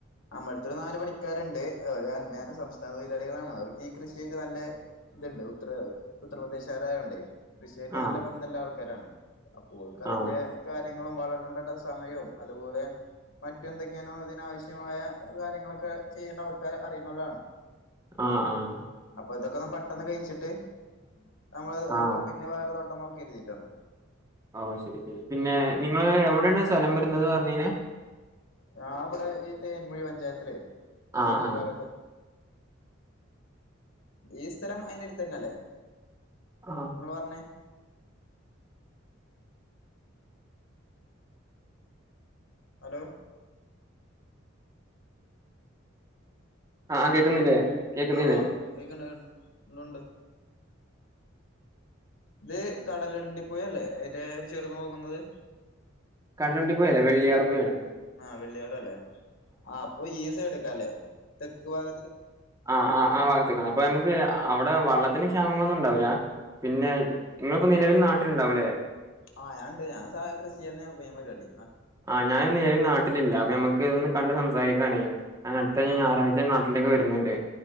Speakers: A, on the left; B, on the right.
A: അമ്മ ത്തൊര് നാല് പണിക്കാര്ണ്ട് അവര് അന്യ <unintelligible> സംസ്ഥാന തൊഴിലാളികളാണ് അവർക്ക് ഈ കൃഷിയായിട്ട് നല്ല ത്ണ്ട് ഉത്തറ് ഉത്തർപ്രദേശാരായോണ്ടെ കൃഷിയായിട്ട്
B: ആ
A: നല്ല ബന്ധല്ലാൾക്കാരാണ്. അപ്പോൽക്കതിന്റെ
B: ആ
A: കാര്യങ്ങളും വളടണ്ടണ്ട സമയും അത്പോലെ മറ്റെന്തൊക്കെയാണോ ഇതിനാവശ്യമായ കാര്യങ്ങളൊക്കെ ചെയ്യേണ്ട ആൾക്കാര് അറിയുന്നോലാണ്.
B: ആഹ് ആഹ്
A: അപ്പൊ ഇതൊക്കൊന്ന് പെട്ടെന്ന് കയ്ച്ചിട്ട് അമ്മള്
B: ആ
A: പ്പൊ പിന്നെ വേറെ തോട്ടം നോക്കി ചെയ്യിട്ടാണ്.
B: ഓഹ് ശെരി ശെരി പിന്നെ നിങ്ങള് എവടെണ് സ്ഥലം വരുന്നത് പർഞ്ഞീന്യേ?
A: ഞാ വടെ ഈ തേൻന്മുഴി പഞ്ചായത്തിലേ കെഴക്ക്
B: ആ ആ
A: ഭാഗത്ത്. ഈ സ്ഥലം അയ്ന്റെട്ത്തന്നല്ലേ?
B: ആ
A: ഇങ്ങള് പർഞ്ഞേ അലോ
B: ആ
A: അലോ
B: കേക്കുന്നില്ലേ കേക്കുന്നില്ലേ
A: ആഹ് ആഹ് കേക്ക്ണ്ട് ഉണ്ടുണ്ട്. ഇത് കടലുണ്ടി പൊയല്ലേ അയ്ന്റെ ഒര് ചെറുന്നൂകുന്നത്.
B: കടലുണ്ടി പൊയല്ലേ വെള്ളിയാർ പൊയേണ്.
A: ആ വെള്ളിയാറല്ലേ ആ അപ്പൊ ഈ സൈഡ്ക്കാല്ലേ തെക്ക് ഭാഗ
B: ആഹ് ആഹ് ആ ഭാഗത്ത്ക്ക് ആണ് അപ്പൊ നമക്ക് അവടെ വള്ളത്തിന് ക്ഷാമങ്ങളൊന്നും ഉണ്ടാവൂല. പിന്നെ ഇങ്ങള്പ്പോ നിലവിൽ നാട്ടിലുണ്ടാവൂലേ?
A: ആഹ് ഞാണ്ട് ഞാൻ സാദാ കൃഷിയെന്നെ മെയ്ൻ പരിവാടി.
B: ആഹ് ഞാന് ന്നേഴും നാട്ടിലില്ല അപ്പൊ നമ്മക്ക് ഒന്ന് കണ്ട് സംസാരിക്കാനേ ഞാന് അടുത്തഞ്ഞ്
A: ആഹ്
B: ഞായറാഴ്ച
A: ആഹ്
B: നാട്ടിലേക്ക് വരുന്ന്ണ്ട്